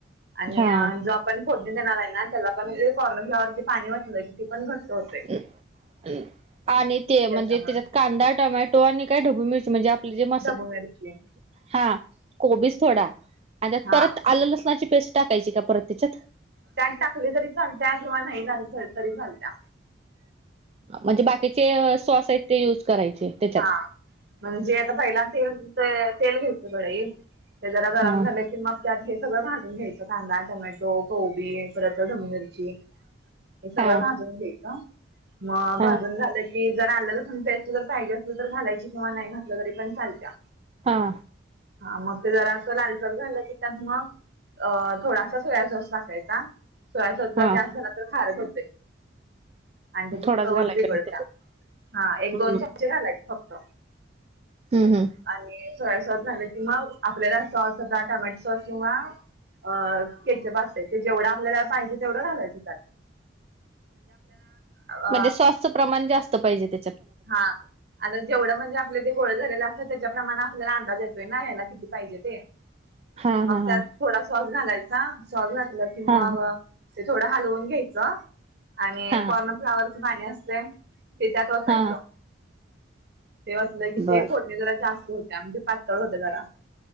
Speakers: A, on the right (about 55°); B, on the right (about 30°).
A: आणि
B: हा
A: जो आपण फोडणी देणार आहे ना, त्याला पण म्हणजे कॉर्नफ्लाॉवर पाणी ओतलं की ते पण घट्ट होतं.
B: अं अं आणि ते म्हणजे
A: त्याच्यामुळे
B: त्याच्यात कांदा, टोमॅटो आणि काय ढबु मिरची म्हणजे म्हणजे म असं
A: ढबू मिरची
B: हा कोबीच थोडा आणि त्यात
A: हा
B: परत आलं लसणाची पेस्ट टाकायची का परत तेच्यात?
A: त्यात टाकले तरी चालत्या किंवा नाही टाकल्या तरी चालत्या.
B: म्हणजे बाकी चे सॉस आहेत ते यूज करायचे. त्याच्यात
A: हा म्हणजे आता पहिला तेल तेल घ्यायचं कढईत. ते जरा गरम
B: हा
A: झाले की मग त्यात हे सगळं भाजून घ्यायचं. कांदा, टोमॅटो, कोबी परत ढबु मिरची. हे सगळं
B: हा
A: भाजून घ्यायचं, मग
B: हा
A: भाजून झालं की जर आलं लसूण पेस्ट पाहिजे असलं तर घालायची किंवा नाही घातलं तरी पण चालत्या.
B: हा.
A: हा मग ते जरासं लालसर झालं की त्यात मग अ थोडासा सोयासॉस टाकायचा. सोयासॉस
B: हा
A: जर जास्त झाला तर खारट होतंय. आणि त्याची
B: थोडाच
A: चवच
B: घालायला
A: बिघडत्या.
B: पाहिजे त्याच्यात
A: हा एक
B: हम्म
A: दोन चमचे घालायचे फक्त.
B: हम्म हम्म
A: आणि सोयासॉस झालं की मग आपल्याला सॉस होता, टोमॅटो सॉस किंवा अ केचप असतंय, ते जेवढं आपल्याला पाहिजे तेवढं घालायच त्याात. अ
B: म्हणजे सॉसचं प्रमाण जास्त पाहिजे ते.
A: हा आता जेवढं म्हणजे आपले ते गोळे झालेल असतं त्याच्याप्रमाण आपल्याला अंदाज येतोय ना ह्याला किती पाहिजे ते.
B: हा
A: मग
B: हा
A: त्यात
B: हा
A: थोडा सॉस घालायचा. सॉस घातलं की
B: हा
A: मग ते थोडं हलवून घ्यायचं आणि
B: हा
A: कॉर्नफ्लावर पाणी असतंय ते त्यात ओतायचं.
B: हा
A: ते वतलं की
B: हा
A: ते फोडणी जरा जास्त होत्या, म्हणजे पातळ होतंय जरा.